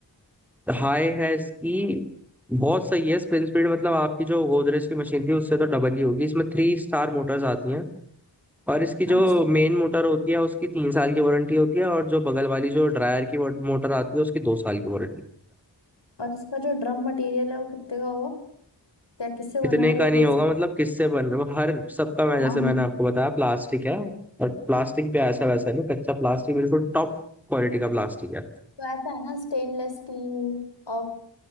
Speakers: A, in the centre; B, on the left.
A: हाई है इसकी बहुत सही है स्पिन स्पीड मतलब आपकी जो गोदरेज की मशीन थी उससे तो डबल ही होगी इसमें थ्री स्टार मोटर्स आती हैं और इसकी जो
B: अच्छा
A: मेन मोटर होती है उसकी तीन साल की वारंटी होती है और जो बगल वाली जो ड्रायर की मोटर आती है उसकी दो साल की वारंटी
B: और इसका जो ड्रम मटेरियल है वो कितने का होगा क्या किससे बना
A: कितने
B: है
A: का
B: वो
A: नहीं
B: बेसिक
A: होगा मतलब किससे बन रहा है हर सबका मैं जैसे
B: हाँ
A: मैंने आपको बताया प्लास्टिक है और प्लास्टिक भी ऐसा वैसा नहीं कच्चा प्लास्टिक बिल्कुल टॉप क्वालिटी का प्लास्टिक है
B: तो ऐसा है ना स्टेनलेस स्टील और